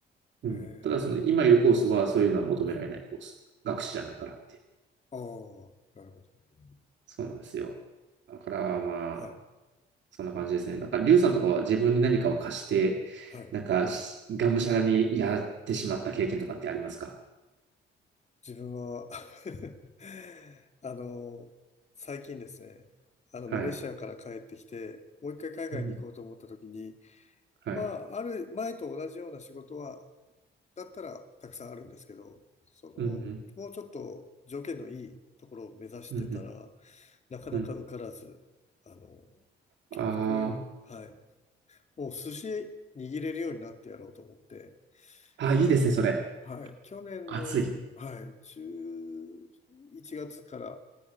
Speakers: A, on the right; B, on the left.
A: うん。
B: へえ、
A: ただその今いるコースはそういうのは求められないコース。
B: はい。
A: 学士じゃないからっていう。
B: あー、なるほど。へ
A: そうなんですよ。だからまあ、
B: え、はい、
A: そんな感じですね。なんか、リュウさんとかは自分に何かを貸して、
B: はい。
A: なんかし、がむしゃらにやってしまった経験とかってありますか
B: 自分は <laughs> あの、最近ですね、あの、
A: はい。
B: マレーシアから帰ってきて、もう一回海外に行こうと思った時に、
A: うん。はい。
B: まあ、ある前と同じような仕事はだったらたくさんあるんですけど、その、
A: うん。
B: もうちょっと条件のいいところを目指してたら、
A: うん。
B: なかなか受からず、
A: うん。
B: あの、
A: ああー。
B: 結局、はい、もう寿司握れるようになってやろうと思って、
A: あー、いいですね、
B: うん
A: それ。
B: はい、去年の、
A: 暑い。
B: はい、11月から、